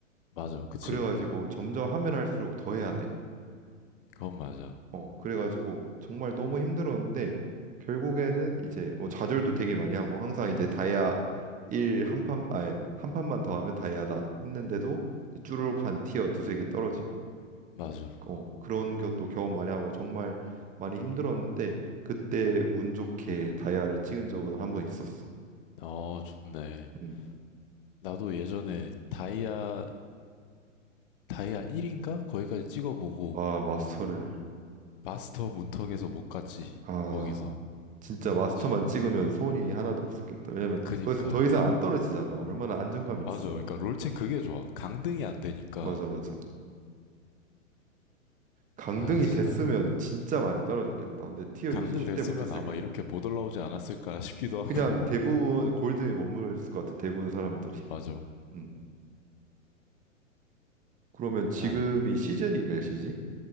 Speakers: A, on the left (about 40°); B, on the right (about 20°).
A: 맞아, 그치.
B: 그래가지고 점점 하면 할수록 더 해야 돼.
A: 그건 맞아.
B: 어, 그래가지고 정말 너무 힘들었는데 결국에는 이제 뭐 좌절도 되게 많이 하고 항상 이제 다이아 1 한 판, 아니 한 판만 더 하면 다이아다 했는데도 이제 쭈루룩 한 티어 두세 개 떨어지고
A: 맞아.
B: 어, 그런 것도 경험 많이 하고 정말 많이 힘들었는데 그때 운 좋게 다이아를 찍은 적은 한 번 있었어.
A: 어, 좋네.
B: 음.
A: 나도 예전에 다이아, 다이아 1인가? 거기까지 찍어보고,
B: 아, 마스터를
A: 마스터 문턱에서 못 갔지.
B: 아
A: 거기서.
B: 진짜 마스터만
A: 지금.
B: 찍으면 소원이 하나도 없었겠다. 왜냐면
A: 그니까.
B: 거기서 더 이상 안 떨어지잖아. 얼마나 안정감이
A: 맞아.
B: 있어.
A: 그니까 롤챔 그게 좋아. 강등이 안 되니까.
B: 맞아, 맞아. 강등이
A: 아, 진짜.
B: 됐으면 진짜 많이 떨어졌겠다. 내 티어
A: 강등
B: 유지 절대
A: 됐으면
B: 못했을
A: 아마
B: 것
A: 이렇게
B: 같아.
A: 못 올라오지 않았을까 싶기도
B: 그냥
A: 하고.
B: 대부분 골드에 머무르겠을 것 같아. 대부분 사람들이.
A: <laughs> 맞아.
B: 음. 그러면 지금이
A: 아휴.
B: 시즌이 몇이지?